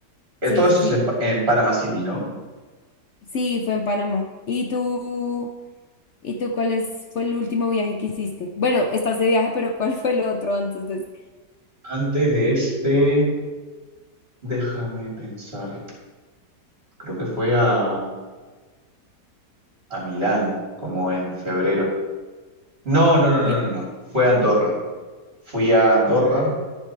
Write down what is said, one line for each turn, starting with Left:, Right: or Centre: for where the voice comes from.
Right: Eh,
Left: Sí,
Right: Todo
Left: sí,
Right: esto
Left: sí.
Right: es en, Pa- en Panama City, ¿no?
Left: Sí, fue en Panamá. ¿Y tú? ¿Y tú cuál es- fue el último viaje que hiciste? Bueno, estás de viaje, pero ¿cuál fue el otro antes de ese?
Right: Antes de este, déjame pensar. Creo que fue a, a Milán, como en febrero. No, no, no, no,
Left: Oye,
Right: no, no. Fue a Andorra. Fui a Andorra